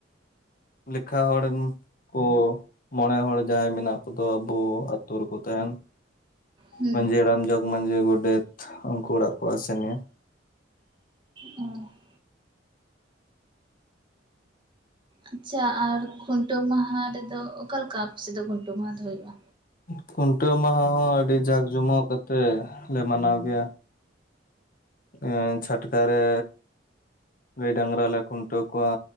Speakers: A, on the left; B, on the right.
A: ᱞᱮᱠᱷᱟ ᱦᱚᱲᱮᱢ ᱚ ᱢᱚᱬᱮ ᱦᱚᱲ ᱡᱟᱦᱟᱸᱭ ᱢᱮᱱᱟᱜ ᱠᱚᱫᱚ ᱟᱵᱩ ᱟᱛᱩ ᱨᱮᱠᱚ ᱛᱟᱦᱮᱱ
B: ᱦᱩᱸ
A: ᱢᱟᱺᱡᱷᱤ ᱦᱟᱲᱟᱢ ᱡᱚᱜᱽ ᱢᱟᱺᱡᱷᱤ ᱜᱚᱰᱮᱛ ᱩᱱᱠᱩ ᱚᱲᱟᱜ ᱠᱚ ᱟᱥᱮᱱᱤᱭᱟ
B: ᱚ <unintelligible> ᱟᱪᱪᱷᱟ ᱟᱨ ᱠᱷᱩᱱᱴᱟᱹᱣ ᱢᱟᱦᱟ ᱨᱮᱫᱚ ᱚᱠᱟᱞᱮᱠᱟ ᱟᱯᱮᱥᱮ ᱫᱚ ᱠᱷᱩᱱᱴᱟᱹᱣ ᱢᱟᱦᱟ ᱫᱚ ᱦᱩᱭᱩᱜ-ᱟ?
A: ᱠᱷᱩᱱᱴᱟᱹᱣ ᱢᱟᱦᱟ ᱦᱚᱸ ᱟᱹᱰᱤ ᱡᱟᱸᱠ ᱡᱚᱢᱚᱠ ᱟᱛᱮᱞᱮ ᱢᱟᱱᱟᱣ ᱜᱮᱭᱟ ᱮᱸ ᱪᱷᱟᱴᱠᱟ ᱨᱮ ᱜᱟᱹᱭ ᱰᱟᱝᱜᱨᱟ ᱞᱮ ᱠᱷᱩᱱᱴᱟᱹᱣ ᱠᱚᱣᱟ